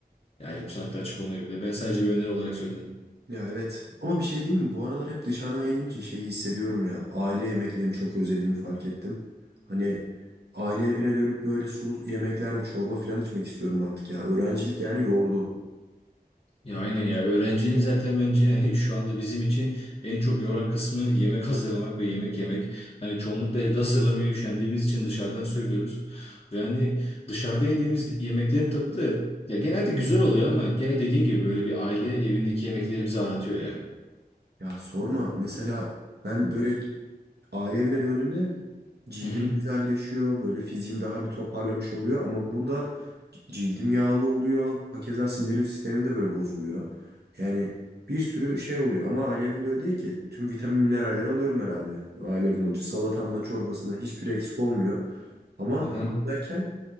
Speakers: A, on the left (about 35°); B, on the right (about 85°).
A: Yani bu saatte açık olmayabilir. Ben sadece bir öneri olarak söyledim.
B: Ya evet ama bir şey diyeyim mi? Bu aralar hep dışarıdan yediğim için şeyi hissediyorum ya. Aile yemeklerini çok özlediğimi fark ettim. Hani aile evine dönüp böyle sulu yemekler ve çorba falan içmek istiyorum artık ya. Öğrencilik yani yordu.
A: Ya aynen ya. Öğrenciliğin zaten bence yani şu anda bizim için en çok yoran kısmı yemek hazırlamak ve yemek yemek. Hani çoğunlukla evde hazırlamaya üşendiğimiz için dışarıdan söylüyoruz. Yani dışarıda yediğimiz yemeklerin tadı da ya genelde güzel oluyor ama gene dediğin gibi böyle bir aile evindeki yemekleri bize aratıyor ya.
B: Ya sorma mesela ben böyle aile evine döndüğümde Cildim
A: Hı hı.
B: güzelleşiyor. Böyle fiziğim daha bir toparlamış oluyor. Ama burada cildim yağlı oluyor. Hakeza sindirim sistemim de böyle bozuluyor. Yani bir sürü şey oluyor. Ama ailevinde öyle değil ki. Tüm vitamin mineralleri alıyorum herhalde. Ailevin hoca salatamla çorbasına hiçbir eksik olmuyor. Ama
A: Aha.
B: buradayken